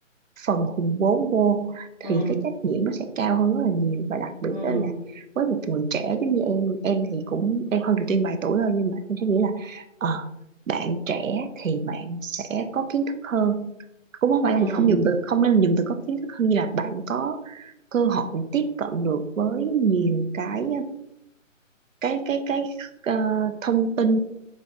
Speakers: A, on the right; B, in the centre.
A: phần hùn vốn vô thì
B: ừ,
A: cái trách nhiệm nó sẽ cao hơn rất là nhiều và đặc biệt
B: ừ, ừ,
A: đó là với một người trẻ giống như em em thì cũng em hơn Thùy Tiên vài tuổi thôi nhưng mà em sẽ nghĩ là ờ, bạn trẻ thì bạn sẽ có kiến thức hơn cũng không phải
B: ừ,
A: là không dùng từ không nên dùng từ có kiến thức hơn như là bạn có cơ hội tiếp cận được với nhiều cái cái cái cái ờ, thông tin